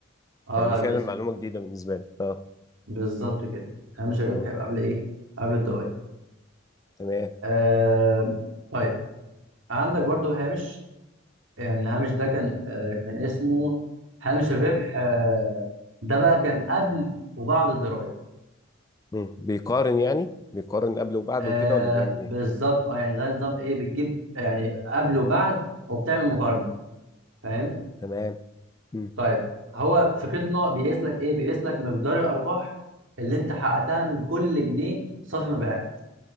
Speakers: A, on the right; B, on the left.
A: اه
B: يعني
A: لا
B: دي فعلا
A: بالاسم
B: معلومه جديده بالنسبه لي اه
A: بالظبط كده هامش الربح
B: امم
A: يبقى قبل ايه قبل الضرائب
B: تمام
A: آه طيب عندك برضو هامش يعني الهامش ده كان آه، كان اسمه هامش الربح آه، ده بقى كان قبل وبعد الضرايب
B: امم بيقارن يعني بيقارن قبل وبعد
A: آه،
B: وكده ولا بيعمل ايه
A: بالظبط اه يعني زي نظام ايه بتجيب يعني قبل وبعد وبتعمل مقارنه فاهم
B: تمام امم
A: طيب هو فكرته ان هو بيقيس لك ايه بيقيس لك مقدار الارباح اللي انت حققتها من كل جنيه صافي مبيعات